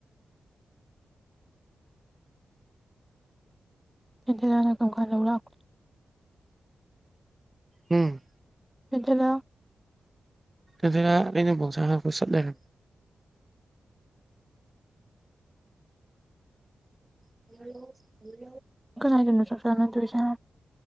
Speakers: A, in the centre; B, on the right.
A: ꯏꯂꯤꯅꯅ ꯀꯝꯀꯥꯟ ꯂꯧꯂꯥꯛꯄ
B: ꯎꯝ
A: <unintelligible>
B: ꯏꯂꯤꯅ ꯑꯩꯅ ꯕꯣꯜ ꯁꯥꯅ ꯍꯜꯂꯛꯄꯗ ꯆꯠ ꯂꯩꯔꯝꯃꯦ <unintelligible>
A: ꯀꯗꯥꯏꯗꯅꯣ ꯆꯥꯛ ꯆꯥꯅꯗꯣꯏꯁꯦ